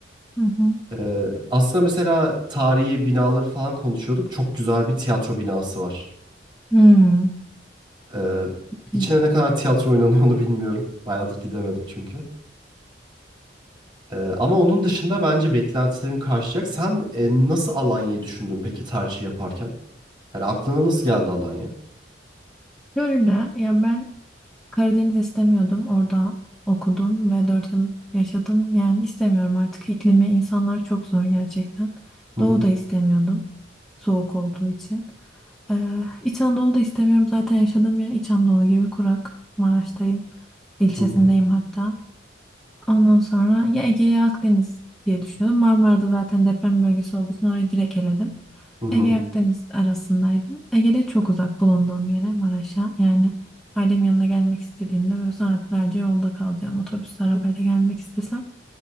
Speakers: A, in the centre; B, on the right.
A: Hı hı.
B: Ee, aslında mesela tarihi binaları falan konuşuyorduk. Çok güzel bir tiyatro binası var.
A: Hmm.
B: Ee, içine
A: İyi.
B: ne kadar tiyatro oynanıyor onu bilmiyorum. Bayağıdır gidemedim çünkü. Ee, ama onun dışında bence beklentilerin karşılayacak. Sen e, nasıl Alanya'yı düşündün peki tercih yaparken? Hani aklına nasıl geldi Alanya?
A: Şöyle ya ben Karadeniz istemiyordum. Orada okudum ve 4 yıl yaşadım. Yani istemiyorum artık. İklimi insanlar çok zor gerçekten.
B: Hı
A: Doğu
B: hı
A: da istemiyordum. Soğuk olduğu için. Ee, İç Anadolu'da istemiyorum. Zaten yaşadığım yer İç Anadolu gibi kurak. Maraş'tayım. İlçesindeyim
B: hı hı.
A: hatta. Ondan sonra ya Ege ya Akdeniz diye düşünüyordum. Marmara'da zaten deprem bölgesi olduğu için orayı direkt eledim.
B: hı hı.
A: Ege Akdeniz arasındaydım. Ege'de çok uzak bulunduğum yere Maraş'a. Yani ailemin yanına gelmek istediğimde böyle saatlerce yolda kalacağım. Otobüsle arabayla gelmek istesem.